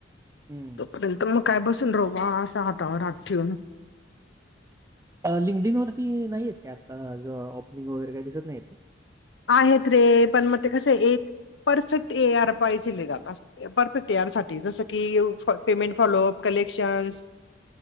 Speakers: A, on the right; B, on the left.
A: हम्म.
B: तोपर्यंत मग काय बसून राहू बा अस हातावर हात ठेवून.
A: लिंगडिन वरती नाहीत का आता ज ओपनिंग वगैरे काय दिसत नाहीत.
B: आहेत रे पण मग ते कस एक परफेक्ट ये, आर पाहीजेल हे आता. परफेक्ट ये, आर साठी जसं की पेमेंट फॉलोअप, कलेक्शन्स,